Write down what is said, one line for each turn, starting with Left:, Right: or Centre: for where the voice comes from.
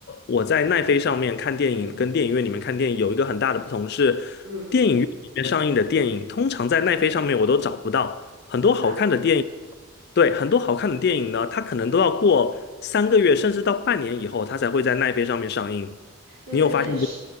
Left: 我在奈飞上面看电影，跟电影院里面看电影有一个很大的不同是，
Right: 嗯
Left: 电影院里面上映的电影，通常在奈飞上面我都找不到很多好看的电影。
Right: 啊。
Left: 对，很多好看的电影呢，它可能都要过三个月甚至到半年以后，它才会在奈飞上面上映。
Right: 对对对，
Left: 你有发现这？
Right: 是